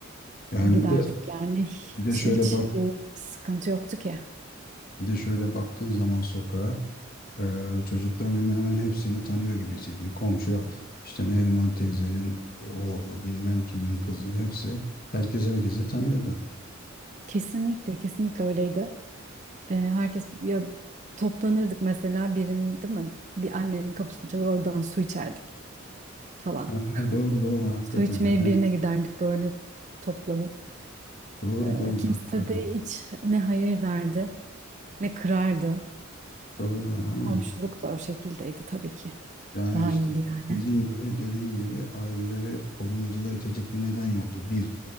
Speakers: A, on the left; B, on the right.
A: Yani
B: Giderdik
A: bir de
B: yani hiç
A: bir de şöyle
B: hiç
A: bak
B: bir sıkıntı yoktu ki.
A: Bir de şöyle baktığın zaman sokağa Eee, çocukların hemen hemen hepsini tanıyor gibisiydin. Komşu işte Neriman teyzenin oğlu, bilmem kimin kızı hepsi herkes herkesi tanıyordu.
B: Kesinlikle kesinlikle öyleydi. Ee, herkes ya toplanırdık mesela birinin değil mi? Bir annenin kapısını çalar oradan su içerdik falan.
A: Aynen, doğru doğru hakikaten.
B: Su içmeye
A: He,
B: birine giderdik böyle toplanıp.
A: doğru
B: Ee,
A: doğru
B: kimse
A: hakikaten.
B: de hiç ne hayır derdi ne kırardı.
A: Doğru aynen.
B: Komşuluk da o şekildeydi tabii ki.
A: Yani
B: Daha
A: işte
B: iyiydi yani.
A: dediğin gibi dediğin gibi aileleri korumacılığa itecek bir neden yoktu. Bir,